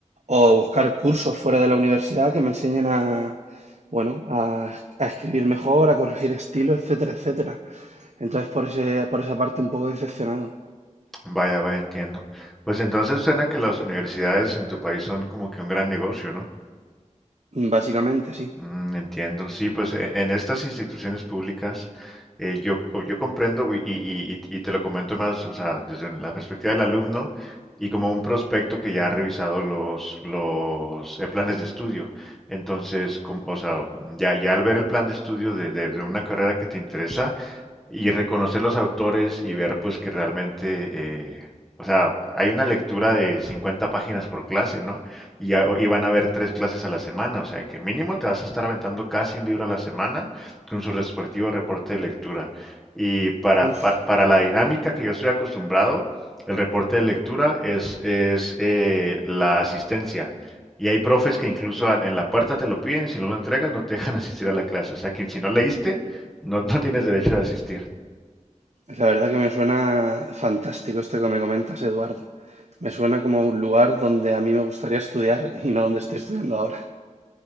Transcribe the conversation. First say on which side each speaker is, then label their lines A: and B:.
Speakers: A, on the right; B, in the centre.
A: o buscar cursos fuera de la universidad que me enseñen a, bueno, a, a escribir mejor, a corregir estilo, etcétera, etcétera. Entonces, por ese, por esa parte un poco decepcionado.
B: Vaya, vaya, entiendo. Pues entonces suena que las universidades en tu país son como que un gran negocio, ¿no?
A: Básicamente, sí.
B: Mm, entiendo. Sí, pues e- en estas instituciones públicas eh, yo, co- yo comprendo y, y- y- y te lo comento más, o sea, desde la perspectiva del alumno y como un prospecto que ya ha revisado los, los eh, planes de estudio. Entonces, com- o sea, ya, ya al ver el plan de estudio de, de de una carrera que te interesa, y reconocer los autores y ver pues que realmente, eh, o sea, hay una lectura de 50 páginas por clase, ¿no? Y, a- y van a haber tres clases a la semana, o sea que mínimo te vas a estar aventando casi un libro a la semana con su respectivo reporte de lectura. Y para,
A: Uf,
B: para, para la dinámica que yo estoy acostumbrado, el reporte de lectura es, es eh, la asistencia. Y hay profes que incluso al- en la puerta te lo piden y si no lo entregas no te <laughs> dejan asistir a la clase. O sea que si no leíste, no, no tienes derecho de asistir.
A: la verdad que me suena fantástico esto que me comentas, Eduardo. Me suena como un lugar donde a mí me gustaría estudiar y no donde estoy estudiando ahora.